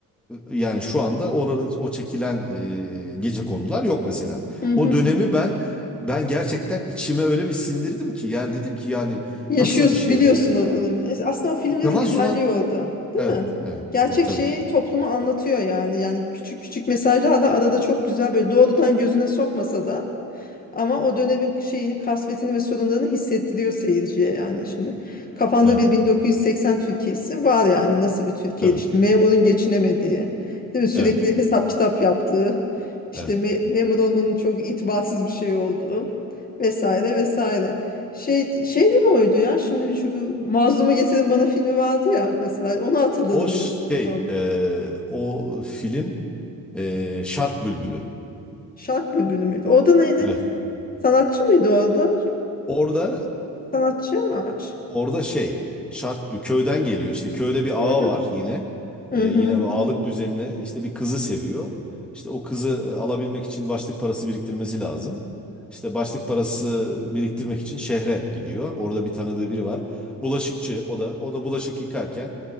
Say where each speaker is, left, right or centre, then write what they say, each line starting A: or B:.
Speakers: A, in the centre; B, on the left.
A: yani şu anda oranın o çekilen e, gecekondular yok mesela.
B: Hı hı.
A: O dönemi ben ben gerçekten içime öyle bir sindirdim ki yani dedim ki yani
B: Yaşıyorsun,
A: nasıl bir şey
B: biliyorsun
A: böyle ya?
B: o dönemi. E, Aslında o filmlerin
A: Kemal
B: güzelliği
A: Sunal
B: orada. Değil
A: Evet,
B: mi?
A: evet,
B: Gerçek
A: evet tabii
B: şeyi
A: ki.
B: topluma anlatıyor yani. Yani küçük küçük mesajlar da arada çok güzel böyle doğrudan gözüne sokmasa da Ama o dönemin şeyini, kasvetini ve sorunlarını hissettiriyor seyirciye yani. Şimdi kafanda
A: Evet,
B: bir 1980 Türkiye'si var yani. Nasıl bir Türkiye'ydi
A: tabii.
B: işte memurun geçinemediği, değil mi? Sürekli
A: Evet,
B: hesap kitap yaptığı, işte
A: evet.
B: me- memur olmanın çok itibarsız bir şey olduğu vesaire vesaire. Şey, şey de mi oydu ya? Şimdi şu bu Mazlumu Getirin Bana filmi vardı ya mesela. Onu hatırladım
A: O şey,
B: bir de sahne olarak.
A: e, o film e, Şark Bülbülü.
B: Şark Bülbülü müydü? Orada neydi?
A: Evet.
B: Sanatçı mıydı orada?
A: Orada
B: Sanatçı mı?
A: Orada şey şart bir köyden geliyor işte köyde bir ağa
B: Hı hı.
A: var yine
B: Hı
A: Ee,
B: hı.
A: yine bir ağalık düzenine işte bir kızı seviyor. İşte o kızı e, alabilmek için başlık parası biriktirmesi lazım. İşte başlık parası biriktirmek için şehre gidiyor. Orada bir tanıdığı biri var. Bulaşıkçı o da o da bulaşık yıkarken